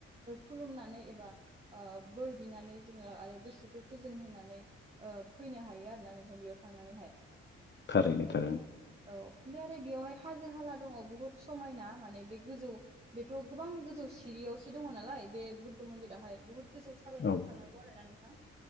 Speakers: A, on the right; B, on the left.
A: खुलुमनानै एबा ओ बोर बिनानै जोङो आरो गोसोखौ गोजोन होनानै <unintelligible> ओ फैनो हायो आरोना नोंथ बेयाव थांनानैहाय
B: थारैनो थार
A: औ ओमफ्राय आरो बेवहाय हाजो हाला दङ बहुद समायना माने बे गोजौ बेथ' गोबां गोजौ सिरियावसो दङ नालाय बे बुद्ध मन्दिराहाय बहुद गोजौ थाबायनानै
B: औ
A: थांनांगौ आरो ना नोंथां